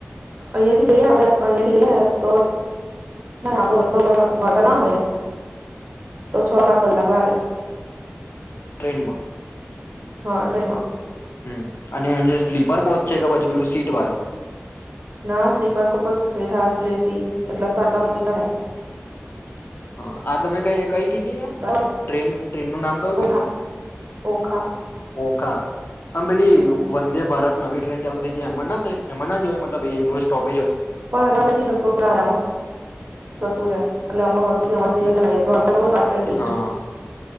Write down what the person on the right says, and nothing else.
અહિયાંયા થી જઈએને આપડે અહિયાંયાથી જઈએ ને તો, આપ લગભગ દ્વારકા નાનું હોય ને. તો છ સાત કલાક લાગે.
હા ટ્રેનમાં.
ના સ્લીપર કોચ થ્રી થુલેસી એટલે તો આટ પૈ થાય.
બરાબર
ઓખા ઓખા
હમ
પણ એમાં પછી સસ્તું નામાં સસ્તું ર <unintelligible> એટ અમ વર્ષોથી અમે જઈ છી યધ્વાર ક કટ બેસ્ટ
<unintelligible>